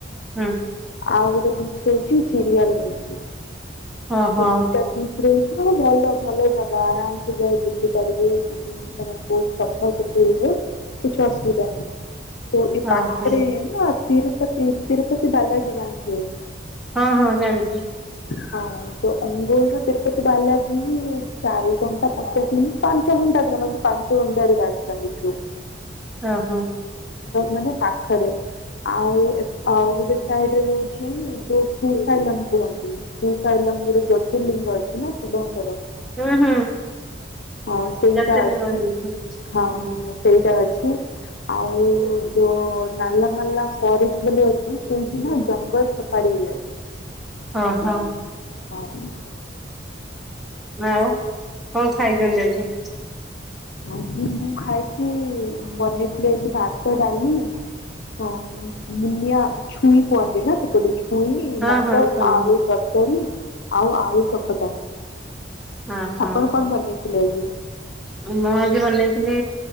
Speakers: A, in the centre; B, on the left.
A: ହଁ।
B: ଆଉ ଗୋଟେ ଜିନିଷ ହଉଛି ଚିରିଆଲ ବଲିକି
A: ଓହୋ
B: ତ ଦିଟା। ବିଚ ରହୁଛି ନା ଭଲ ଭଲ ଜାଗା ଆରାମ ସେ ଯାାଇ ବୁଲି ପାରିବେ। ମାନେ ବହୁତ ସପନ ସଫୁ <unintelligible> କିଛି ଅସୁବିଧା ନାହିଁ। ତ ଏ ପାଖରେ
A: ଓହୋ
B: ନା ତିରୁପତି। ତିରୁପତି ବାଲାଜୀ ଜାଣିଥିବେ।
A: ହଁ ହଁ ଜାଣିଛି।
B: ହଁ। ତ ଅଙ୍ଗୋଲରୁୁ ତିରୁପତି ବାଲାଜୀ ଚାରି ଘଣ୍ଟା ପଚାଶ ମିନିଟ ପାଞ୍ଚ ଘଣ୍ଟା ଧରନ୍ତୁ ପାଞ୍ଚ। ଟାରେ ବାସ୍ତୁ <unintelligible> ରାସ୍ତା ଏଠୁ।
A: ହଁ ହଁ।
B: ମାନେ ପାଖରେ ଆଉ ଆଉ ଗୋଟେ ସାଇଡରେ ରହୁଛି କି ଯୋଉ ଶ୍ରୀସୈଲମ କୁହନ୍ତି। ଶ୍ରୀସୈଲମ ଜ୍ୟୋତିର୍ଲିଙ୍ଗ ଅଛି ନା ଶିବଙ୍କର।
A: ହୁଁ ହୁଁ
B: ହଁ ସେଇଟା
A: ଜ୍ୟୋତିର୍ଲିଙ୍ଗ
B: ଅଛି
A: ଜାଣିଛି
B: ହଁ।
A: ହୁଁ।
B: ସେଇଟା ଅଛି। ଆଉ ଯୋଉ ନାଲା ମାଲା ଫରେଷ୍ଟ ବୋଲି ଅଛି ସେଇଠି ନା ଜଙ୍ଗଲ ପାରି ହୁଏ।
A: ହଁ ହଁ।
B: ଆ <unintelligible>
A: ଆଉ କଣ ଖାଇଛନ୍ତି ଆଜି?
B: ଆଜି, ମୁଁ ଖାଇଛି ବନେଇଥିଲି ଏ ଭାତ, ଡାଲି। ହଁ ମୁନିଆ ଛୁଇଁ କୁହନ୍ତି ନା ସେପଟ। ଛୁଇଁ,
A: ହଁ
B: ମଟର,
A: ହଁ ଶୁଣି
B: ଆଳୁ ତରକାରୀ, ଆଉ ଆଳୁ ଚକଟା।
A: ଓହୋ
B: ଆପଣ କଣ ବନେଇଥିଲେ ଆଜି?
A: ମୁଁ ଆଜି ବନେଇଥିଲି